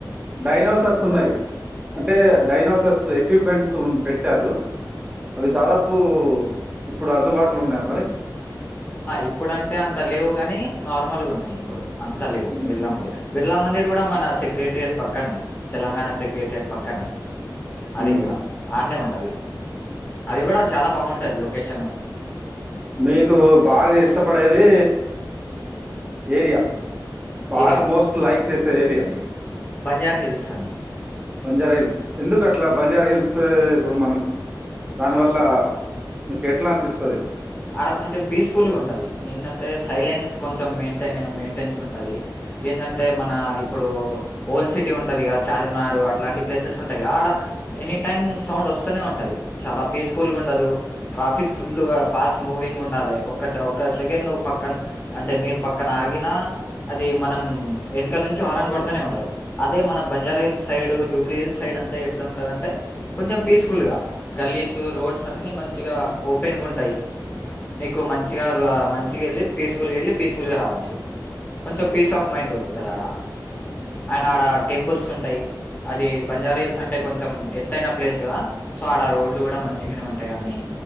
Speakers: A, on the right; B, on the left.
A: డైనోసర్స్ ఉన్నయి. అంటే డైనోసర్స్ ఎక్విప్మెంట్స్ ఉం పెట్టారు. అవి దాదాపు ఇప్పుడు అందుబాటులొ ఉన్నయా మరి?
B: హా ఇప్ ఇప్పుడు అంటే అంత లేవు గనీ, నార్మల్గ ఉన్నాయి ఇప్పుడు. అంత లేవు,
A: మ్మ్.
B: బిర్లా మందిర్ బిర్ బిర్లా మందిర్ కూడ మన సెక్రటెరియట్ పక్కన్నే, తెలంగాణ సెక్రటెరియట్ పక్కన్నె. అది
A: మ్మ్.
B: కూడ ఆన్నే ఉంట్ టది అది కూడ చాలా బాగుంటది లొకేషను.
A: మీకు బాగచేసి ఇష్టపడేది ఏరియా. బాగా
B: ఏరియా
A: మోస్ట్ లైక్ చేసే ఏరియా.
B: బంజారా హిల్స్ అని
A: బంజారా హిల్స్ ఎందుకు అట్లా బంజార్ హిల్స్ <inaudible> ఇప్పుడు మనం దాని వల్లా మీకు ఎట్లా అనిపిస్తది.
B: అడా కొంచెం పీస్ఫుల్గా ఉంటది. ఏందంటే సైలెన్స్ కొంచెం మెయింటైన్ మెయింటెన్స్ ఉంటది. ఏందంటే మన ఇప్పుడు ఓల్డ్ సిటీ ఉంటదిగా చారుమినార్ అట్లాంటి ప్లేసెస్ ఉంటయిగా ఆడ ఎనీ టైమ్ సౌండ్ వస్తనే ఉంటది. చాలా పీస్ఫుల్గా ఉండదు. ట్రాఫిక్ ఫుల్గా ఫాస్ట్ మూవింగ్ ఉండాలె. ఒక్కస ఒక్క సెకండ్ నువ్వు పక్కన అంటే మీరు పక్కన ఆగినా అది మనం వెనక నుంచి హారన్ కొడుతనే ఉంటరు. అదే మనం Banjara Hills side, Jubilee Hills side అంతా ఎట్లాంటుందంటే కొంచెం పీస్ఫుల్గా గల్లీస్, రోడ్స్ అన్నీ మంచిగా ఓపెన్గా ఉంటయి. నీకు మంచిగా మంచిగా వెళ్ళి పీస్ఫుల్గా వెళ్ళి పీస్ఫుల్గా రావచ్చు. కొంచెం పీస్ ఆఫ్ మైండ్ దొరుకుతది ఆడ. ఆయన ఆడ టెంపుల్స్ ఉంటయి. అది బంజారా హిల్స్ అంటే కొంచెం ఎత్తైన ప్లేస్ కదా, సో ఆడ రోడ్లు కూడా మంచిగనే ఉంటాయి అన్నీ